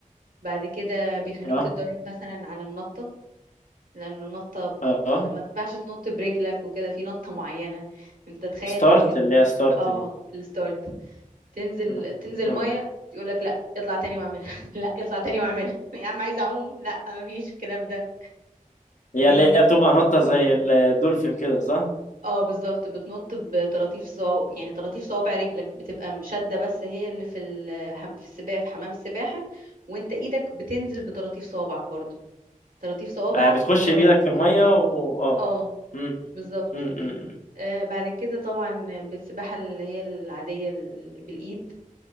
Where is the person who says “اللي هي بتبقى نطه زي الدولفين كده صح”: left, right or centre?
Left